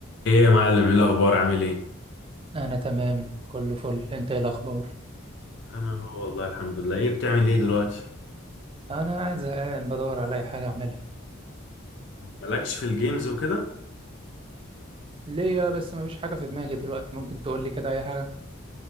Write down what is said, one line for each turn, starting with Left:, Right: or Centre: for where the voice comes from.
Left: ايه يا معلم ايه الاخبار عامل ايه
Right: انا تمام كله فل انت ايه الاخبار
Left: انا هو والله الحمد لله ايه بتعمل ايه دلوقتي
Right: انا قاعد زهقان بدور على اي حاجه اعملها
Left: مالكش في الجيمز وكده
Right: ليا بس مفيش حاجه في دماغي دلوقتي ممكن تقول لي كده اي حاجه